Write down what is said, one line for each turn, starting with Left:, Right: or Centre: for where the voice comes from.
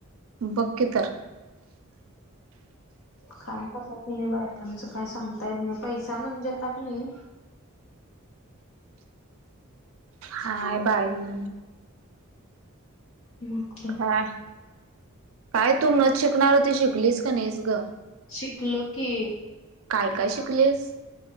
Right: बकी तर
Left: काय कस कुणी बायकांचं काय सांगता येत नाही पैसा म्हणजे आता क नाही
Right: काय बाई
Left: हम
Right: काय काय तू नथ शिकणार होतीस शिकलीस का नाहीस ग
Left: शिकलो की
Right: काय काय शिकलीस